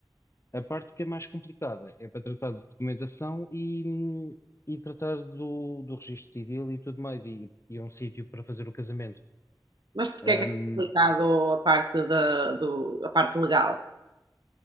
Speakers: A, on the left; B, on the right.
A: A parte que é mais complicada é para tratar de documentação e, e tratar do, do registro civil e tudo mais, e, e é um sítio para fazer o casamento.
B: Mas porquê é
A: Ahm,
B: que é complicado a parte da, do, a parte legal?